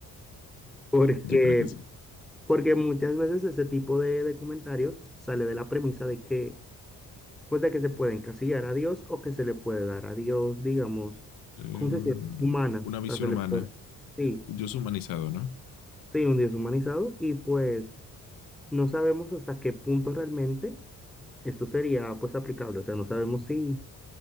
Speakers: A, in the centre; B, on the left.
A: <laughs> porque,
B: Yo creo que sí.
A: porque muchas veces ese tipo de, de comentarios sale de la premisa de que, pues, de que se puede encasillar a Dios o que se le puede dar a Dios, digamos,
B: Eh,
A: concesiones
B: un-
A: humanas,
B: una
A: o
B: visión
A: sea, se le
B: humana,
A: puede, sí,
B: un Dios humanizado, ¿no?
A: sí, un Dios humanizado, y pues no sabemos hasta qué punto realmente esto sería, pues, aplicable, o sea, no sabemos si